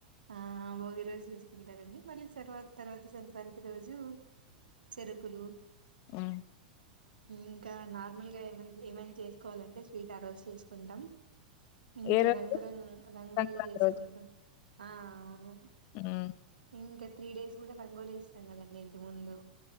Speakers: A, on the right; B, on the left.
A: ఆ భోగి రోజు చేసుకుంటారండి మళ్ళీ తర్వాత తర్వాత సంక్రాంతి రోజు చెరుకులు
B: ఉమ్
A: ఇంకా నార్మల్గా ఏమై ఏమైనా చేసుకోవాలంటే స్వీట్ ఆరోజు చేసుకుంటాం ఇంకా
B: ఏ రోజు
A: రంగురంగు రంగోలి
B: సంక్రాంతి
A: చేసుకుంటాం ఆ అవును
B: హ్మ్
A: ఇంకా త్రీడేస్ కూడా రంగులేసి ఉంటాం కదండీ ఇంటిముందు